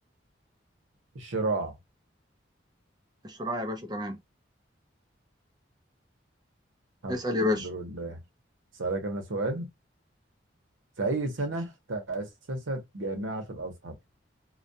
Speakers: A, on the right; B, on the right.
A: الشراع
B: الشراع يا باشا تمام
A: الحمد
B: اسأل يا باشا
A: لله سألك انا سؤال في اي سنة تأسست جامعة الازهر